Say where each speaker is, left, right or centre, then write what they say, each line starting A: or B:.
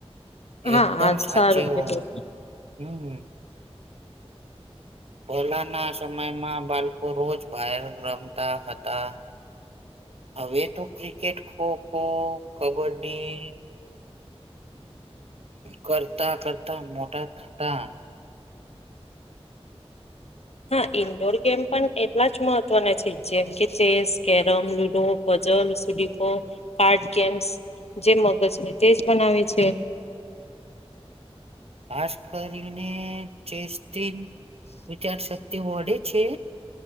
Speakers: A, on the left (about 75°); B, on the right (about 70°).
A: હા
B: એકદમ
A: હા
B: સાચી
A: સારું
B: હો
A: કીધું.
B: હમ પહેલાના સમયમાં બાળકો રોજ બાર રમતા હતા હવે તો ક્રિકેટ ખોખો કબડ્ડી કરતા કરતા મોટા થતા
A: હા ઈન્ડોર ગેમ પણ એટલા જ મહત્વના છે જેમ કે ચેસ કેરમ લુડો જલ સુડીપો કારમ જે મગજ હોય તેજ બનાવે છે
B: ખાસ કરીને ચેસ્ટ વિચારશક્તિ વડે છે